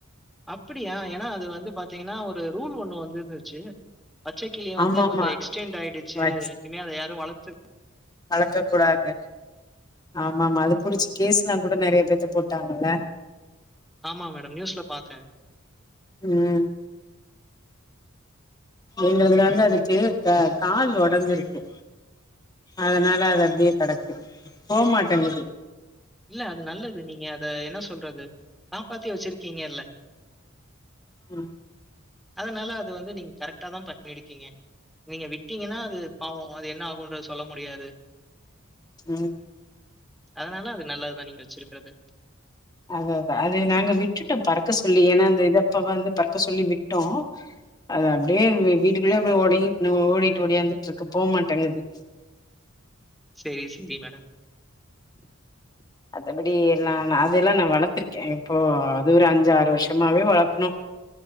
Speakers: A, in the centre; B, on the left.
A: அப்பிடியா ஏனா அது வந்து பாத்தீங்கன்னா ஒரு ரூல் ஒன் னோ வந்துந்துச்சு பச்சை கிளிய வந்து
B: ஆமா
A: கொஞ்சு
B: ஆமா
A: எக்ஸ்டெண்ட் ஆயிடுச்சு
B: வச்
A: இனிமே அத யாரு வளத்து
B: வளக்க கூடாதுனு ஆமாமா அது புடிச்சு கேஸ்லாங் கூட நெறைய பேத்துக் போட்டாங்கல்ல
A: ஆமா மேடம் நியூஸ்ல பாத்தே
B: ம் எங்கதுல வந்து அதுக்கு க கால் ஒடஞ்சிருக்கு அதனால அது அப்டியே கெடக்கு போமாட்டேங்குது
A: இல்ல அது நல்லது நீங்க அத என்ன சொல்றது சாப்பாத்தியே வச்சிருக்கீங்க இல்ல <inaudible>
B: அ
A: அதனால அது வந்து நீங் கரெக்ட்டாதா பண்ணிடுக்கீங்க நீங்க விட்டீங்கன்னா அது பாவ அது என்னாகுன் ப்ரோ சொல்ல முடியாது
B: ம்
A: அதனால அது நல்லதுதா நீங் வெச்சிருக்கிறது
B: அத அது நாங்க விட்டுட்டோ பறக்க சொல்லி ஏன்னா அந்த இத அப்ப வந்து பற்க்க சொல்லி விட்டோ அது அப்டியே வி வீட்டுக்குள்ளே அபே ஒடங்கின் ஓடிட்டு ஒடியாந்துட்ருக்கு போமாட்டேங்குது
A: செரி <unintelligible> மேடம்
B: அத்தபடி எல்லா நா அதெல்லா நா வளத்திருக்கே இப்போ அது ஒரு அஞ்சாறு வருஷமாவே வளத்னோ